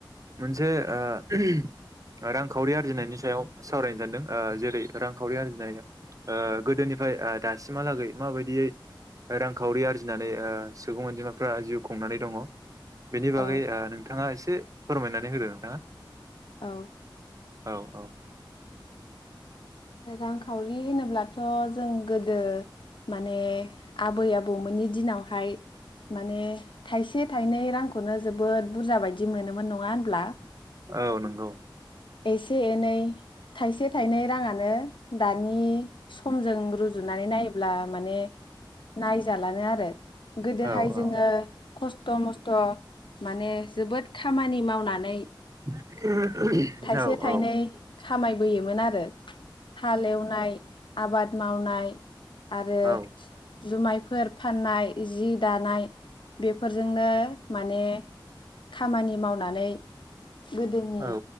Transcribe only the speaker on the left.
औ
औ।
रांखावरि होनोब्लाथ' जों गोदो माने आबै आबौमोननि दिनावहाय माने थाइसे थाइनै रांखौनो जोबोद बुरजा बायदि मोनोमोन नङा होनब्ला?
एसे एनै थाइसे थाइनै राङानो दानि स समजों रुजुनानै नायोब्ला माने नायजालानो आरो गोदोहाय
जोंङो
खस्थ' मस्थ' माने जोबोद खामानि मावनानै
थाइसे
थाइनै
खामाय बोयोमोन आरो। हालेवनाय आबाद मावनाय आरो
जुमायफो फोर फाननाय जि दानाय बेफोर जोंनो माने खामानि मावनानै गोदोनि